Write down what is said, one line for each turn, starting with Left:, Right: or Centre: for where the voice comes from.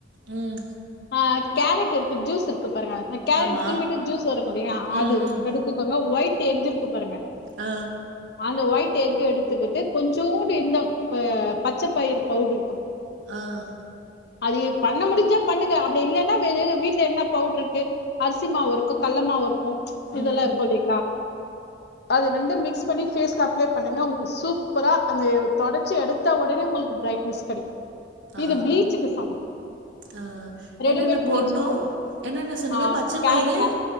Right: உம்
Left: ஆ கேரட் இர்க்கு ஜூஸ் இர்க்கு பாருங்க கேரட்
Right: ஆமா.
Left: துருவிட்டு ஜூஸ் வரும் பாத்திங்களா
Right: ம்,
Left: அது
Right: ம்.
Left: எடுத்துகோங்க ஒயிட் <unintelligible> எங்கு இருக்கு பாருங்க
Right: ஆ
Left: அந்த ஒயிட் எஃக்கு எடுத்துகிட்டு கொஞ்ஜோண்டு இன்னு பச்ச பயிர் பவுட்ரு
Right: ஆஹம்
Left: அது இப் பண்ண முடிஞ்சா பண்ணுங்க அப்டி இல்லனா வீட்ல என்ன பவுட்ரு இருக்கு அரிசி மாவு இருக்கு கள்ள மாவு இருக்கு ம் ச் இதெல்லா
Right: ம்.
Left: இருக்கு இல்லங்களா அது ரெண்டு மிக்ஸ் பண்ணி பேஸ்ல அப்ளே பண்ணுங்க உங்ளுக்கு சூப்பரா அந்த தொடச்சி எடுத்த உடனே உங்களுக்கு பிரைட்னஸ் கெடைக்கும்
Right: ஆ.
Left: இது பிளீச்சுக்கு சமம்
Right: ஆ
Left: ரெடிமேட்
Right: என்னென்ன
Left: ப்ளீச்
Right: போடணு
Left: இப்ப
Right: என்னென்ன சொன்னீங்க
Left: ஆ
Right: பச்சை
Left: கேர
Right: பயிறு
Left: கே